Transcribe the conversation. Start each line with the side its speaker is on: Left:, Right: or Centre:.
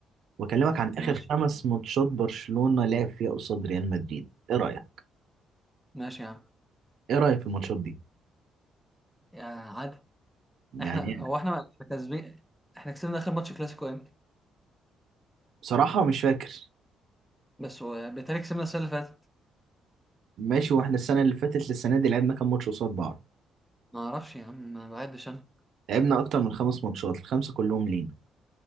Right: واكلمك عن اخر
Centre: ماشي
Right: خمس ماتشات برشلونة لعب فيها قصاد ريال مدريد ايه رايك
Centre: ماشي يا عم
Right: ايه رايك في الماتشات دي
Centre: يا عادي
Right: يعني
Centre: احنا
Right: أنا
Centre: هو احنا احنا كسبين احنا كسبنا اخر ماتش كلاسيكو امتى
Right: بصراحة مش فاكر
Centre: بس هو- بالتالي كسبنا السنه اللي فاتت
Right: ماشي واحنا السنة اللي فاتت للسنة دي لعبنا كام ماتش قصاد بعض
Centre: ما اعرفش يا عم ما بعدش انا
Right: لعبنا اكتر من خمس ماتشات الخمسة كلهم لينا